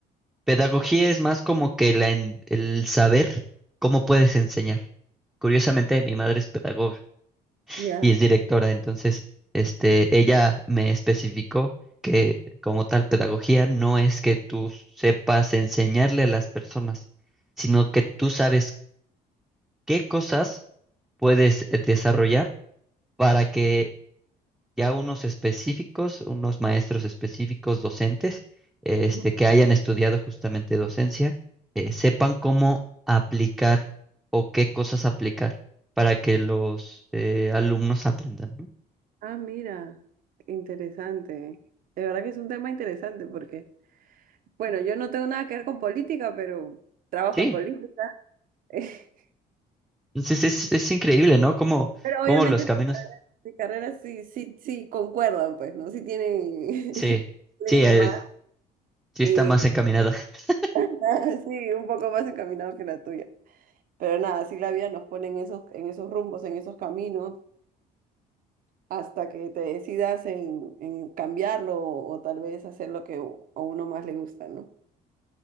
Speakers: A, in the centre; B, on the right.
A: Pedagogía es más como que la en- el saber cómo puedes enseñar. Curiosamente, mi madre es pedagoga.
B: Ya.
A: y es directora. Entonces, este, ella me especificó que como tal pedagogía no es que tú sepas enseñarle a las personas, sino que tú sabes qué cosas puedes eh, desarrollar para que ya unos específicos, unos maestros específicos, docentes, eh,
B: Ujú.
A: este, que hayan estudiado justamente docencia, eh, sepan cómo aplicar o qué cosas aplicar para que los eh, alumnos aprendan, ¿no?
B: Ah, mira, interesante. De verdad que es un tema interesante porque, bueno, yo no tengo nada que ver con política, pero trabajo
A: Sí,
B: en política. <laughs>
A: Entonces es, es increíble, ¿no? Cómo,
B: Pero
A: cómo
B: obviamente
A: los caminos,
B: de carreras sí, sí, sí concuerdan, pues, ¿no? Sí tienen,
A: sí,
B: <laughs> tienen
A: sí,
B: ese
A: es-
B: mar
A: sí
B: y
A: está más encaminada. <laughs>
B: <laughs> sí, un poco más encaminado que la tuya. Pero nada, sí la vida nos pone en esos, en esos rumbos, en esos caminos, hasta que te decidas en, en cambiarlo o, tal vez hacer lo que u- a uno más le gusta, ¿no?